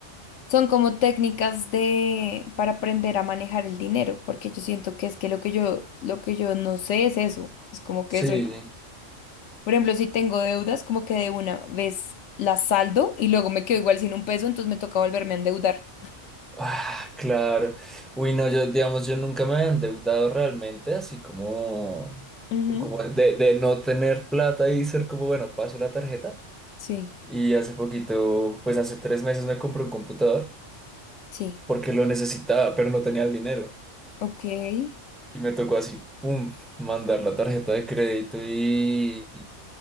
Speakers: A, on the left; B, in the centre.
A: Son como técnicas de para aprender a manejar el dinero, porque yo siento que es que lo que yo lo que yo no sé es eso. Es como que
B: Sí,
A: soy, por ejemplo, si tengo deudas, como que de una vez las saldo y luego me quedo igual sin un peso, entonces me toca volverme a endeudar.
B: ah, claro. Uy, no, yo, digamos, yo nunca me había endeudado realmente, así como,
A: Ujú,
B: como de, de no tener plata y ser como, bueno, paso la tarjeta.
A: Sí,
B: Y hace poquito, pues hace tres meses me compré un computador.
A: sí,
B: porque lo necesitaba, pero no tenía el dinero.
A: ok.
B: Y me tocó así, pum, mandar la tarjeta de crédito y,